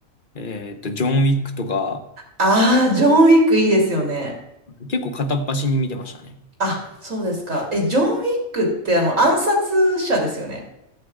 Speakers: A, on the left (about 45°); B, on the right (about 75°).
A: えっと、ジョン・ウィックとか、
B: ああ、ジョン・ウィックいいですよね。
A: 結構片っ端に見てましたね。
B: あ、そうですか。え、ジョン・ウィックってあの暗殺者ですよね。